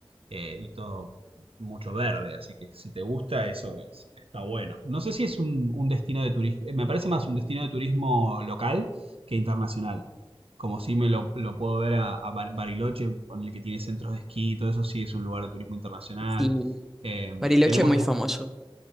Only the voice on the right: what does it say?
eh, y todo mucho verde, así que si te gusta eso es- está bueno. No sé si es un, un destino de turismo, eh, me parece más un destino de turismo local que internacional. Como si me lo, lo puedo ver a, a Bar- Bariloche, el que tiene centros de esquí, y todo eso sí es un lugar de turismo internacional.
Eh,
tenemos
la-